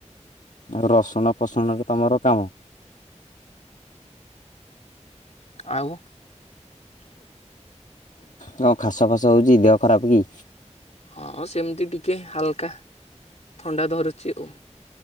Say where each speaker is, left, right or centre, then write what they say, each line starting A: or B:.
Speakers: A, on the left; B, on the left.
A: ଆଉ ରସୁଣ ଫସୁଣରେ ତମର କାମ।
B: ଆଉ।
A: କଣ ଖାସ ଫାସ ହଉଛି ଦେହ ଖରାପ କି?
B: ହଁ ସେମିତି ଟିକେ ହାଲକା ଥଣ୍ଡା ଧରୁଛି ଓ।